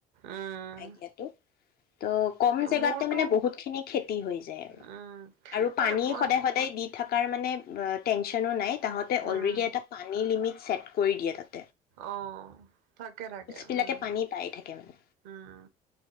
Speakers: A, on the right (about 75°); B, on the left (about 55°).
A: উম
B: আইডিয়াটো। ত' কম জেগাতে
A: মোৰতো
B: মানে বহুত খিনি খেতি হৈ যায় আৰু
A: উম
B: আৰু
A: নাই
B: পানী
A: মই
B: সদায় সদায় দি থকাৰ মানে টেনচনো নাই তাহতে অলৰেডি
A: উম
B: এটা পানী লিমিট। ছেট কৰি দিয়ে তাত।
A: অ থাকে থাকে
B: বিলাকে
A: উম।
B: পানী পাই থাকে মানে।
A: উম।